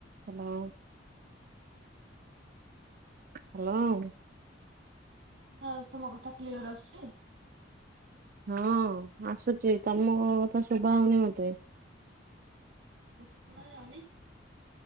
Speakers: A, on the right; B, on the right.
A: <inaudible> Hello. Hello.
B: ହଁଉ ତମ କଥା କ୍ଲିୟର ଆସୁଛି? <inaudible>
A: ହଁ ଆସୁଛି ତମ ତ ଶୁଭା ହଉନି ମତେ <inaudible>
B: ମୋତେ ଶୁଣା ଯାଉନି?